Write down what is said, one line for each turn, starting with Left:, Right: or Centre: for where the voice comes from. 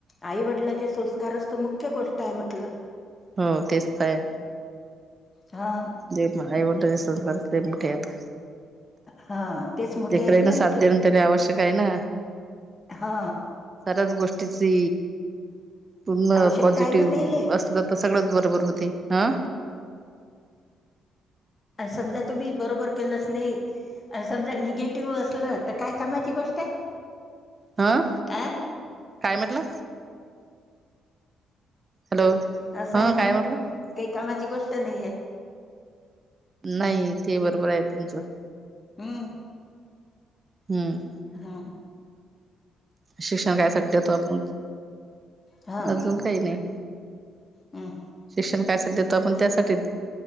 Left: आईवडिलांचे संस्कारच तर मुख्य गोष्ट आहे म्हटलं
Right: हो तेच तर आहे
Left: हा
Right: जे पण आईवत ते सं ते मोठे आत
Left: हा तेच मोठे
Right: जखरा
Left: आहेत
Right: आहे ना
Left: म्हटलं
Right: साात देण तरी आवश्यक आहे ना
Left: हा
Right: सऱ्याच गोष्टीची पूर्ण
Left: आवश्यकता
Right: पॉझिटिव्ह
Left: आहे ना त्याले
Right: असलं तर सगळंच बरोबर होते हा
Left: समा तुम् बबर के नाही सम निे ी असलं तर काय कामाची गोष्ट आहे
Right: हं
Left: आ
Right: काय म्हटलं हॅलो
Left: असं
Right: हा
Left: आहे ना
Right: काय म्हटलं
Left: काही कामाची गोष्ट नाही आहे
Right: नाही ते बरोबर आहे तुमचं
Left: हम्म
Right: हम्म
Left: हम
Right: शिक्षण कायसाठी देतो आपण
Left: हा
Right: अजून काही नाही
Left: हम्म.
Right: शिक्षण कायसा देतो आपण त्यासाठी